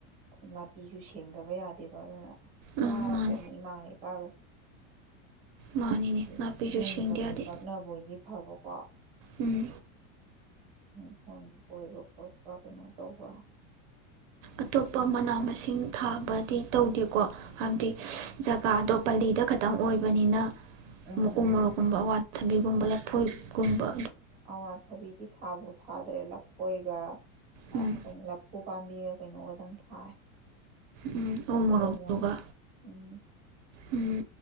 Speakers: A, on the right; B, on the right.
A: ꯅꯥꯄꯤꯁꯨ ꯁꯦꯡꯗꯕ ꯌꯥꯗꯦꯗꯣ ꯑꯗꯨꯅ ꯑꯁ
B: ꯎꯝ
A: ꯋꯥꯔꯄꯣꯠꯅꯤ
B: ꯃꯥꯅꯤ
A: ꯏꯃꯥꯒ ꯏꯄꯥꯒꯁꯨ
B: ꯃꯥꯅꯤꯅꯦ
A: ꯑꯗꯦ
B: ꯅꯥꯄꯤꯁꯨ
A: ꯌꯨꯝꯒ
B: ꯁꯦꯡꯗ
A: ꯑꯃꯨꯛ
B: ꯌꯥꯗꯦ
A: ꯅꯛꯅꯕ ꯑꯣꯏꯗꯤ ꯐꯕꯥꯀꯣ
B: ꯎꯝ
A: ꯎꯝ ꯐꯣꯟ ꯀꯣꯏꯕ ꯈꯣꯠꯄ ꯀꯩꯅꯣ ꯇꯧꯕ
B: ꯑꯇꯣꯞꯄ ꯃꯅꯥ ꯃꯁꯤꯡ ꯊꯥꯕꯗꯤ ꯇꯧꯗꯦꯀꯣ ꯍꯥꯏꯕꯗꯤ ꯖꯒꯥꯗꯣ ꯄꯜꯂꯤꯗ ꯈꯛꯇꯪ ꯑꯣꯏꯕꯅꯤꯅ
A: ꯎꯝ
B: ꯃꯎ
A: ꯎꯝ
B: ꯃꯣꯔꯣꯛꯀꯨꯝꯕ ꯋꯥꯠ ꯊꯕꯤꯒꯨꯝꯕ ꯂꯐꯣꯏꯀꯨꯝꯕ
A: ꯑꯋꯥ ꯑꯋ꯭ꯊꯕꯤꯗꯤ ꯊꯗꯨ ꯊꯗꯔ꯭ꯦꯗꯥ ꯄꯣꯏꯒ ꯑ
B: ꯎꯝ
A: ꯀꯩ ꯂꯥꯐꯨ ꯄꯥꯝꯕꯤꯒ ꯀꯩꯅꯣꯒꯗꯪ ꯊꯥꯏ
B: ꯎꯝ ꯎ ꯃꯣꯔꯣꯛꯇꯨꯒ
A: ꯎꯃꯔꯛ ꯎꯝ
B: ꯎꯝ